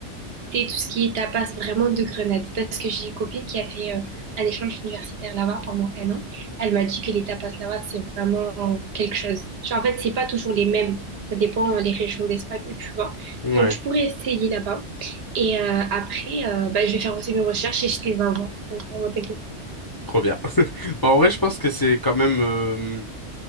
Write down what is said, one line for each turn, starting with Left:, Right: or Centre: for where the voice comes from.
Right: goûter tout ce qui est tapas vraiment de Grenade. Parce que j'ai une copine qui a fait euh, un échange universitaire là-bas pendant un an. Elle m'a dit que les tapas là-bas, c'est vraiment quelque chose. Genre, en fait, c'est pas toujours les mêmes. Ça dépend euh, les régions d'Espagne où tu vas.
Left: ouais.
Right: Donc, tu pourrais essayer là-bas. Et euh, après, euh, bah, je vais faire aussi mes recherches et je te les envoie. Donc, vraiment, t'inquiète.
Left: Trop bien. <laughs> Bon, en vrai, je pense que c'est quand même euh,